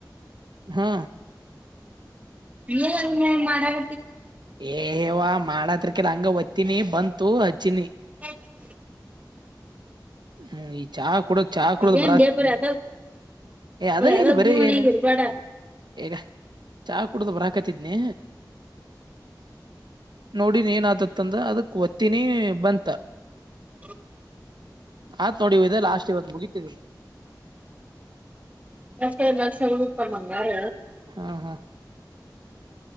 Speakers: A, on the right; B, on the right.
A: ಹಾ
B: ೆ ಮಾಡಾರ
A: ಏ ಅವ್ವ ಮಾಡತ್ರಿಕಿಲ್ ಹಂಗ ಒತ್ತಿನಿ ಬಂತು ಹಚ್ಚಿನಿ
B: ಹ
A: ಹ್ಮ್ ಈ ಚಾ ಕುಡ್ದ್, ಚಾ ಕುಡ್ದ್
B: ಏನ್
A: ಬರತ್ತೀನಿ
B: ಲೇ ಬರಿ ಅದ
A: ಏ ಅದೇ
B: ಬರಿ ಅದ
A: ಇಲ್ಲಿ ಬರೀ
B: ಗೂನ್ಯಾಗ
A: ಏನು
B: ಇರ್ಬ್ಯಾಡ
A: ಈಗ ಚಾ ಕುಡ್ದ ಬರಾ ಕತಿದ್ನಿ ನೋಡಿನ್ ಏನಾತತ್ ಅಂದ ಅದಕ್ ಒತ್ತಿನೀ ಬಂತ
B: ಹಾ
A: ಆತ್ ನೋಡಿವ್ ಇದೆ ಲಾಸ್ಟ್ ಇವತ್ ಮುಗಿತಿದು
B: ಎಷ್ಟ ಎಲ್ಲ ಸ ರೂಪ ಮಂಗಾರ
A: ಹಾ ಹಾ